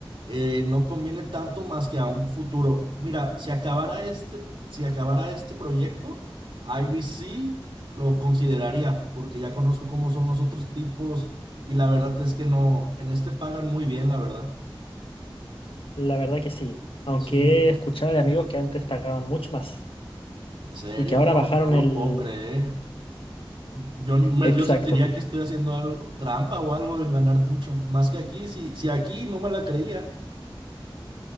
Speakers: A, on the right (about 65°); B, on the left (about 80°).
A: eh, no conviene tanto más que a un futuro. Mira, si acabara este, si acabara este proyecto, ahí sí lo consideraría, porque ya conozco cómo son los otros tipos y la verdad es que no, en este pagan muy bien, la verdad.
B: La verdad que sí, aunque
A: Sí,
B: he escuchado de amigos que antes pagaban mucho más
A: en serio,
B: y que ahora
A: no,
B: bajaron
A: no lo
B: el...
A: puedo creer. Yo, me-
B: <laughs> Exacto.
A: yo sentiría que estoy haciendo algo, trampa o algo de ganar mucho más que aquí. Si, si aquí no me la creía,